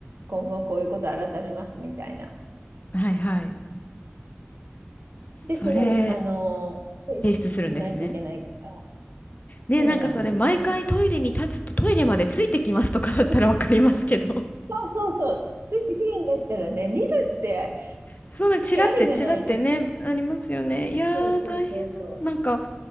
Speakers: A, on the right; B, on the left.
A: 今後こういうことを改めますみたいな。
B: はい、はい。
A: で、
B: それ、
A: それを、あの、提出しないといけないから、
B: 提出するんですね。ね、
A: そうなんですよ。
B: なんかそれ、毎回トイレに立つとトイレまでついてきますとかだったらわかりますけど。
A: そうそうそう。ついてくるんだったらね、見るって
B: そんな、チラってチラってね、
A: 意味あるじゃないですか。
B: ありますよね。いやー、
A: そうそうそうそ
B: 大変だな。なんか、